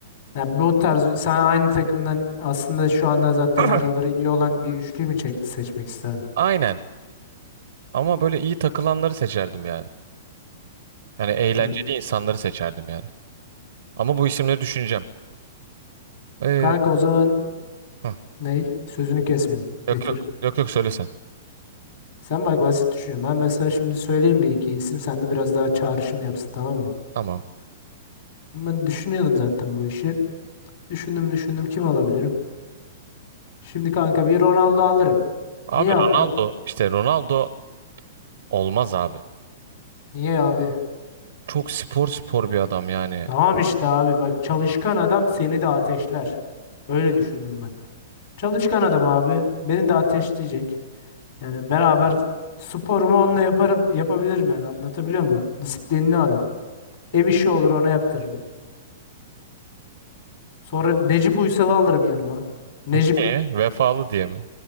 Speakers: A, on the left; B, on the right.
A: Ya bu tarz sen aynı takımdan aslında şu anda zaten
B: <clears throat>
A: araları iyi olan bir üçlü mü çek, seçmek isterdin?
B: Aynen ama böyle iyi takılanları seçerdim yani. Yani eğlenceli
A: Hmm.
B: insanları seçerdim yani. Ama bu isimleri düşüneceğim. Ee,
A: Kanka o zaman
B: hı.
A: ney? Sözünü kesmeyeyim.
B: Yok
A: Bitir.
B: yok yok yok söyle sen,
A: Sen bak basit düşünüyorum. Ben mesela şimdi söyleyeyim bir iki isim. Sen de biraz daha çağrışım yapsın tamam mı?
B: Tamam.
A: Ben düşünüyordum zaten bu işi. Düşündüm düşündüm kim alabilirim? Şimdi kanka bir Ronaldo alırım.
B: Abi
A: Niye alırım?
B: Ronaldo işte Ronaldo olmaz abi.
A: Niye abi?
B: Çok spor spor bir adam yani.
A: Tamam işte abi bak çalışkan adam seni de ateşler. Öyle düşündüm ben. Çalışkan adam abi. Beni de ateşleyecek. Yani beraber sporumu onunla yaparım, yapabilirim yani anlatabiliyor muyum? Disiplinli adam. Ev işi olur ona yaptırırım. Sonra Necip Uysal'ı alırım yanıma. Necip
B: Niye? Vefalı diye mi?